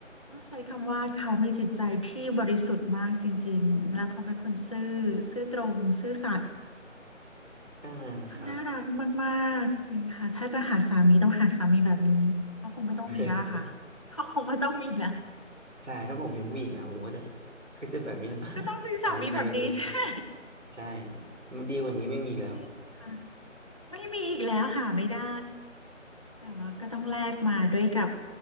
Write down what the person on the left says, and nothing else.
ต้องใช้คำว่าเขามีจิตใจที่บริสุทธิ์มากจริงๆแล้วเขาเป็นคนซื่อซื่อตรงซื่อสัตย์
เขาน่ารักมากๆจริงค่ะถ้าจะหาสามีต้องหาสามีแบบนี้ก็คงไม่ต้องมีแล้วล่ะค่ะก็คงไม่ต้องมีแล้ว
ก็ต้องมีสามีแบบนี้ใช่
<laughs> จริงค่ะไม่มีอีกแล้วหาไม่ได้แต่ว่าก็ต้องแลกมาด้วยกับ